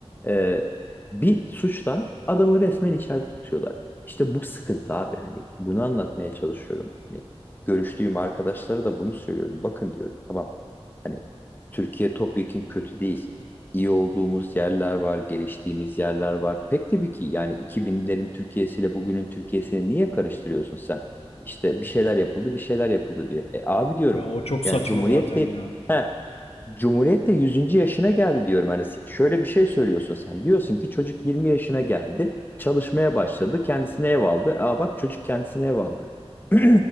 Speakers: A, on the left (about 20°); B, on the left (about 70°).
A: e, bir suçtan adamı resmen içeride tutuyorlar. İşte bu sıkıntı abi hani bunu anlatmaya çalışıyorum. Hani görüştüğüm arkadaşlara da bunu söylüyorum. Bakın diyorum tamam Hani Türkiye topyekün kötü değil. İyi olduğumuz yerler var, geliştiğimiz yerler var. Pek tabii ki yani 2000'lerin Türkiye'siyle bugünün Türkiye'sini niye karıştırıyorsun sen? İşte bir şeyler yapıldı, bir şeyler yapıldı diyor. E abi diyorum
B: Ya o çok saçma
A: yani Cumhuriyet
B: zaten
A: de
B: ya.
A: he, Cumhuriyet de yüzüncü yaşına geldi diyorum. Hani se- şöyle bir şey söylüyorsun sen. Diyorsun ki çocuk 20 yaşına geldi, çalışmaya başladı, kendisine ev aldı. Aa bak çocuk kendisine ev aldı. <clears throat>